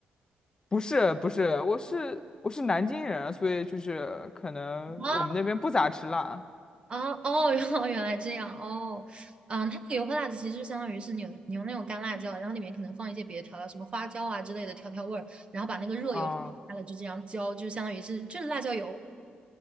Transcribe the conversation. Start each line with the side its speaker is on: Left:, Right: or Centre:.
Left: <laughs> 不是不是，我是我是南京人啊，所以就是可能我们那边不咋吃辣
Right: 啊啊哦，原来原来这样哦，嗯，它那个油泼辣子其实就相当于是你有你用那种干辣椒，然后里面可能放一些别的调料，什么花椒啊之类的调调味儿，然后把那个热油烧开了就这样浇，
Left: 啊哦
Right: 就相当于是就是辣椒油，